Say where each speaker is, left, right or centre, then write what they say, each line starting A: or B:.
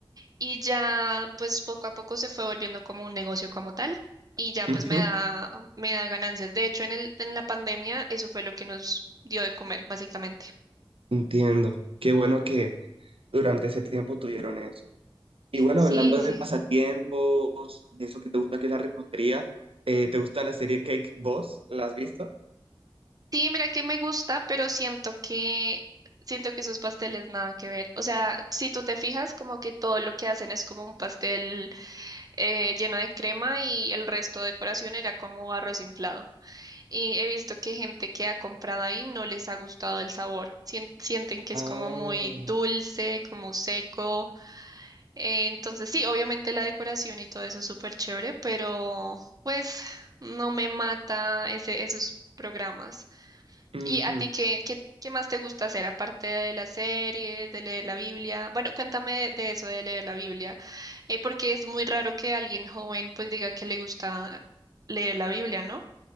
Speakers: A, on the right; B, on the right.
A: Y ya, pues poco a poco se fue volviendo como un negocio como tal. Y ya, pues
B: Ujú,
A: me da, me da ganancias. De hecho, en el, en la pandemia, eso fue lo que nos dio de comer, básicamente.
B: Entiendo. Qué bueno que durante ese tiempo tuvieron eso. Y bueno,
A: Sí,
B: hablando
A: sí.
B: de pasatiempos, de eso que te gusta que es la repostería, eh, ¿te gusta la serie Cake Boss? ¿La has visto?
A: Sí, mira que me gusta, pero siento que, siento que esos pasteles nada que ver. O sea, si tú te fijas, como que todo lo que hacen es como un pastel eh, lleno de crema y el resto de decoración era como arroz inflado. Y he visto que gente que ha comprado ahí no les ha gustado el sabor. Sien- sienten que
B: Ah,
A: es como muy dulce, como seco. Eh, entonces, sí, obviamente la decoración y todo eso es súper chévere, pero pues no me mata ese, esos programas.
B: ujú.
A: ¿Y a ti qué, qué, qué más te gusta hacer aparte de las series, de leer la Biblia? Bueno, cuéntame de eso de leer la Biblia, eh, porque es muy raro que alguien joven pues diga que le gusta leer la Biblia, ¿no?